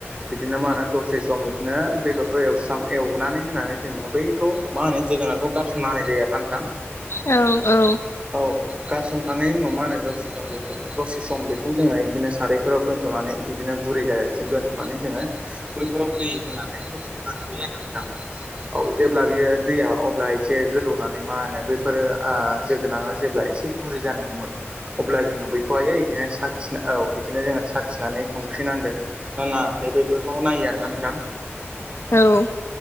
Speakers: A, on the right; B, on the left.
A: बिदिनो मा होनो दसे सम बिदिनो बेदरखौ एवस्र एवनानै होनानै जोङो बैखौ मा होनो जोगोनारखौ गारसनना होनाय जायो आरोना नोंथां।
B: औ औ
A: औ गारसन खांंनायनि उनाव मा होनो जौ जों बेफोर दसे सम बेखौ जोङो बिदिनो सारायफोराव दोन्थ'नानै बिदिनो गुरै जाजासिम दोनथ'नानै जोङो बैफोराव दै होनानै दसे दोनथ'यो आरो नोंथां। औ जेब्ला बियो दैया अब्ला एसे गोदौनानै मा होनो बेफोरो आ जोगोनाराव जेब्ला एसे गरै जानो हमो अब्ला जोङो बैखौहायो बिदिनो साखिना औ बिदिनो जोङो साखिनानै संख्रि नांदों ना नाङाखै बैफोरखौ नायो आर ना नोंथां।
B: औ।